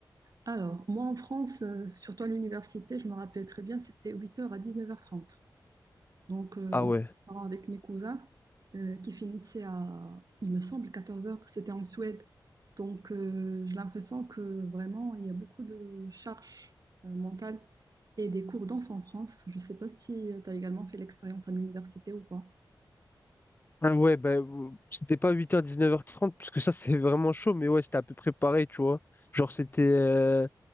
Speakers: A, on the right (about 50°); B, on the left (about 25°).
A: Alors, moi en France, euh, surtout à l'université, je me rappelle très bien, c'était huit heures à dix-neuf heures trente. Donc, euh,
B: Ah
A: on
B: ouais.
A: se prépare avec mes cousins euh, qui finissaient à, il me semble, quatorze heures. C'était en Suède. Donc, euh, j'ai l'impression que vraiment, il y a beaucoup de charges euh, mentales et des cours danse en France. Je ne sais pas si tu as également fait l'expérience à l'université ou pas.
B: Ah ouais, bah, ou- c'était pas huit heures dix neuf heures trente parce que ça, c'est vraiment chaud, mais ouais, c'était à peu près pareil, tu vois. Genre, c'était euh,